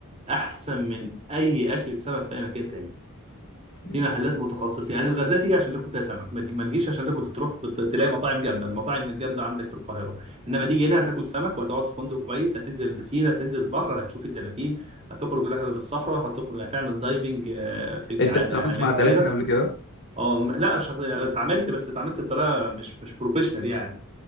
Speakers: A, on the right; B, on the left.
A: احسن من اي اكلة سمك في اي مكان تاني
B: يعني.
A: في محلات متخصصة يعني الغردقة تيجي عشان تاكل فيها سمك ما ما تجيش عشان تاكل تروح في تلاقي مطاعم جامدة المطاعم الجامدة عندك في القاهرة انما تيجي هنا هتاكل سمك وهتقعد في فندق كويس هتنزل البسين هتنزل البحر هتشوف الدلافين هتخرج رحلة بالصحراء هتخرج هتعمل دايفنج آه، في
B: انت
A: على
B: اتعاملت
A: على
B: مع
A: جزيرة
B: الدلافين قبل كده
A: اه م- لا شغ... اتعاملت بس اتعاملت بطريقه مش مش بروفيشنال يعني